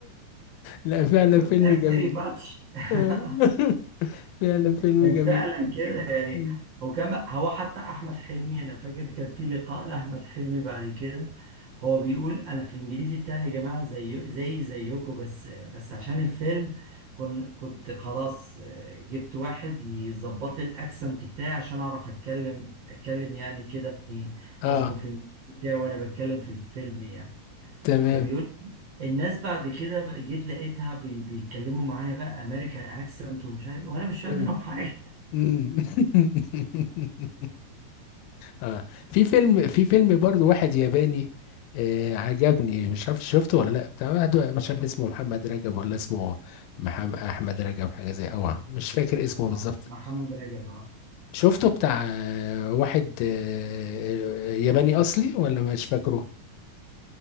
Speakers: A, on the left (about 85°); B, on the right (about 70°).
A: لا فعلا
B: يقول
A: فيلم
B: لها
A: جميل
B: فيري ماتش
A: آه.
B: <laughs>
A: <laughs> فعلا فيلم
B: كان
A: جميل
B: فعلا كده يعني
A: مم.
B: هو كان هو حتى احمد حلمي انا فاكر كان في لقاء لاحمد حلمي بعد كده هو بيقول انا في الانجليزي بتاعي يا جماعه زي زي زيكم بس بس عشان الفيلم كن كنت خلاص آه، جبت واحد يظبط لي الاكسنت بتاعي عشان اعرف اتكلم اتكلم يعني كده في-
A: اه
B: اظبط الانجليزي بتاعي وانا بتكلم في الفيلم يعني
A: تمام
B: فبيقول الناس بعد كده بقى- جيت لقيتها بي- بيتكلموا معايا بقى امريكان اكسنت ومش عارف وانا مش فاهم
A: مم.
B: منهم حاجه
A: مم. <laughs> اه في فيلم في فيلم برضو واحد ياباني آه عجبني مش عارف شفته ولا لا بتاع واحد مش عارف اسمه محمد رجب ولا اسمه محمد احمد رجب حاجه زي او عم- مش فاكر اسمه بالظبط
B: آه، محمد رجب اه
A: شفته بتاع آه، واحد آه، آه، ياباني اصلي ولا مش فاكره